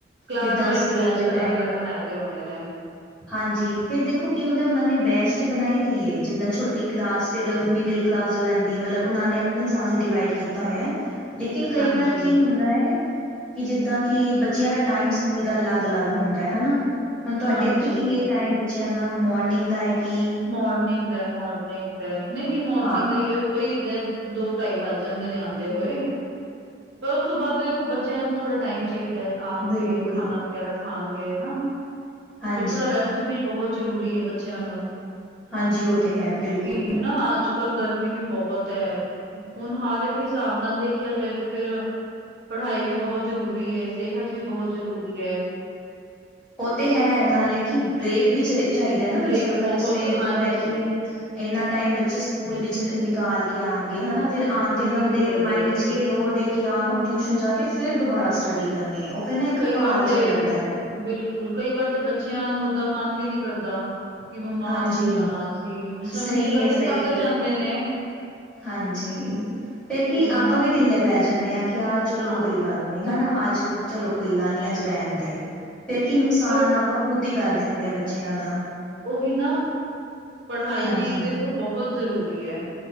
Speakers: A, on the right; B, in the centre.
A: ਕਲਾਸ
B: ਜਿੱਦਾਂ
A: ਵਾਈਜ਼
B: ਸਵੇਰ
A: ਬੈਚ
B: ਦੇ
A: ਅਲੱਗ-ਅਲੱਗ
B: ਟਾਈਮ
A: ਬਨਾਏ ਦੇ ਹੋਨੇ ਨੇ।
B: ਹਾਂਜੀ ਫਿਰ ਦੇਖੋ ਕਿ ਹੁੰਦਾ ਓਨਾਂ ਨੇ ਬੈਚ ਤੇ ਬਨਾਈ ਦੀਏ ਜਿੱਦਾਂ ਛੋਟੀ ਕਲਾਸ ਫਿਰ ਮਿਡਲ ਕਲਾਸ ਜੋ ਰੈਂਦੀ ਮਤਲਬ ਓਨਾਂ ਨੇ ਅਪਨੇ ਹਿਸਾਬ ਨਾਲ ਡੀਵਾਈਡ ਕੀਤਾ ਹੋਏਆ। ਲੇਕਿਨ ਕਈ
A: ਹਾਂਜੀ
B: ਵਾਰ ਕੀ ਹੁ ਦਾ ਐ ਕਿ ਜਿਦਾਂ ਕਿ ਬੱਚੇਆਂ ਦਾ ਟਾਈਮ ਸਕੂਲ ਦਾ ਅਲੱਗ-ਅਲੱਗ ਹੁੰਦਾ ਐ ਹਨਾ। ਹੁਨ ਤੁਆਡੇ
A: ਹਾਂਜੀ
B: ਏਥੇ ਕੀ ਐ ਟਾਈਮ ਬੱਚੇਆਂ ਦਾ, ਮੋਰਨਿੰਗ ਦਾ ਐ ਕੀ
A: ਮੋਰਨਿੰਗ ਦਾ ਐ, ਮੋਰਨਿੰਗ ਦਾ ਐ, ਨਈ-ਨਈ ਮੋਰਨਿੰਗ
B: ਹਾਂ
A: ਦਾ ਈ ਐ। ਬਈ ਦ ਦੋ ਢਾਈ ਵੱਜ ਜਾਂਦੇ ਨੇ ਆਂਦੇ ਹੋਏ। ਪਰ ਉਸ ਤੋਂ ਬਾਦ ਵੀ ਦੇਖੋ ਬੱਚੇਆਂ ਨੂੰ ਥੋੜ੍ਹਾ ਟਾਈਮ ਚਾਈਦਾ ਆਨਗੇ
B: ਬਿਲਕੁਲ
A: ਖਾਨਾ ਵਗੈਰਾ ਖਾਨਗੇ ਹਨਾ।
B: ਹਾਂ
A: ਥੋੜਾ ਰੈਸਟ ਵੀ ਬੋਹਤ ਜਰੂਰੀ ਐ ਬੱਚਿਆਂ ਨੂੰ।
B: ਹਾਂਜੀ ਓ ਤੇ ਹੈ ਬਿਲਕੁੱਲ।
A: <unintelligible> ਨਾ ਅੱਜ-ਕੱਲ ਗਰਮੀ ਵੀ ਬੋਹਤ ਐ ਹੁਨ ਹਰ ਇੱਕ ਹਿਸਾਬ ਨਾਲ ਦੇਖ ਦੇਖੇਆ ਜਾਏ ਤੇ ਫੇਰ ਪੜ੍ਹਾਈ ਵੀ ਬੋਹਤ ਜ਼ਰੂਰੀ ਐ ਸੇਹਤ ਤ ਵੀ ਬੋਹਤ ਜ਼ਰੂਰੀ ਐ।
B: ਓ ਤੇ ਹੈ ਨਾਲੇ ਕਿ ਬ੍ਰੇਕ ਵੀ ਚ ਚਾਈਦਾ ਐ ਨਾ ਬੱਚੇਆਂ
A: ਬ੍ਰੇਕ
B: ਨੂੰ ਪੈਲੇ
A: ਬਹੁਤ
B: ਸਵੇਰ
A: ਹਾਂਜੀ
B: ਤੋਂ ਲੈ ਕੇ ਏਨਾਂ ਟਾਈਮ ਬੱਚੇ ਸਕੂਲ ਵਿੱਚ ਨਿਕਾਲ ਕੇ ਆਨਗੇ ਹਨਾ। ਫੇਰ ਆਂਦੇ ਏਨਾਂ
A: ਬਿਲਕੁਲ
B: ਦੇ ਮਾਂਇਡ
A: ਬਿਲਕੁਲ
B: 'ਚ ਏ ਲੋਡ ਏ ਕਿ ਯਾਰ ਹੁਨ ਟਿਊਸ਼ਨ ਜਾ ਕੇ ਫੇਰ ਦੁਬਾਰਾ ਸਟੱਡੀ ਕਰਨੀ। ਫਿਰ ਨਾ ਇੱਕ
A: ਕਈ
B: ਭਾਰ
A: ਵਾਰ ਤੇ,
B: ਜਿਹਾ ਲੱਗਦਾ ਹੈ
A: ਬਿਲਕੁਲ ਕਈ ਵਾਰ ਤੇ ਬੱਚੇਆਂ ਨੂੰ ਤਾਂ ਮਨ ਵੀ ਨੀ ਕਰਦਾ। ਕਿ ਮੰਮਾ
B: ਹਾਂਜੀ
A: ਅੱਜ ਨੀਂ ਜਾਨਾ ਅਸੀਂ ਜਿਸ ਤਰਾਂ
B: ਸਹੀ
A: ਬੱਚੇ ਕਰਦੇ
B: ਹੈ ਸਹੀ
A: ਥੱਕ ਜਾਂਦੇ
B: ਹੈ
A: ਨੇ।
B: ਹਾਂਜੀ, ਫਿਰ ਕੀ
A: ਉਹੀ
B: ਆਪਾਂ
A: ਨਾ
B: ਵੀ ਢਿੱਲੇ ਪੈ ਜਾਂਨੇ ਆਂ ਕਿ ਯਾਰ ਚਲੋ
A: ਹਾਂ
B: ਕੋਈ ਗੱਲ ਨੀ ਹਨਾ ਅੱਜ ਚਲੋ ਕੋਈ ਗੱਲ ਨੀ ਅੱਜ ਰੈਨ ਦੇ ਫੇਰ ਕਿਨੂੰ ਨੁਕਸਾਨ
A: ਪਰ
B: ਆਪਾਂ ਖੁਦ ਈ ਕਰ ਦੇਂਦੇ ਆਂ ਬੱਚੇਆਂ ਦਾ।
A: ਓਹੀ ਨਾ ਪੜ੍ਹਾਈ
B: ਹਾਂਜੀ
A: ਵੀ ਦੇਖੋ ਬੋਹਤ ਜ਼ਰੂਰੀ ਐ।